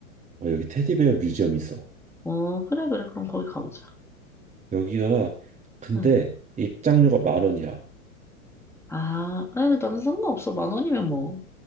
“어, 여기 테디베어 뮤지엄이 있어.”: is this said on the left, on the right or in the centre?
Right